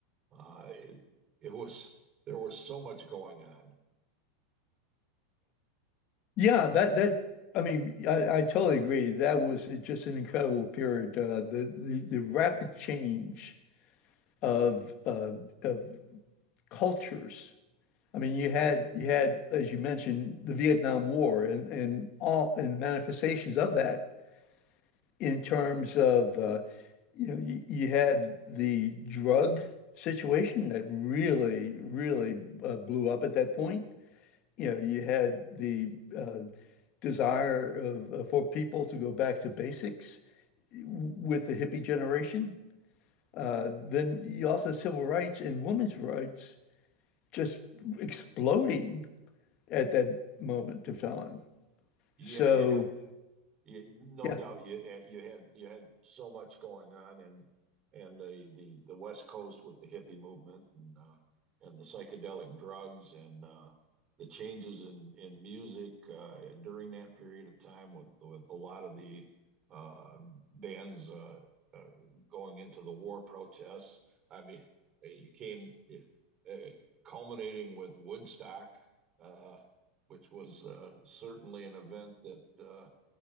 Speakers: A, on the right; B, on the left.
A: Uh, It it was there was so much going on.
B: Yeah, that that I mean, I, I totally agree. That was just an incredible period. Uh, the, the the rapid change of uh, of cultures. I mean, you had you had, as you mentioned, the Vietnam War and and all and manifestations of that in terms of uh, you know you, you had the drug situation that really really uh, blew up at that point. You know, you had the uh, desire of, uh, for people to go back to basics with the hippie generation. Uh, then you also had civil rights and women's rights just exploding at that moment of time.
A: Yeah,
B: So
A: you had you, no
B: yeah,
A: doubt you eh, you had you had so much going on and and the the the West Coast with the hippie movement and uh, and the psychedelic drugs and uh, the changes in in music uh, during that period of time with with a lot of the uh, bands uh, uh, going into the war protests. I mean, eh, you came uh, culminating with Woodstock, uh, which was uh, certainly an event that. Uh,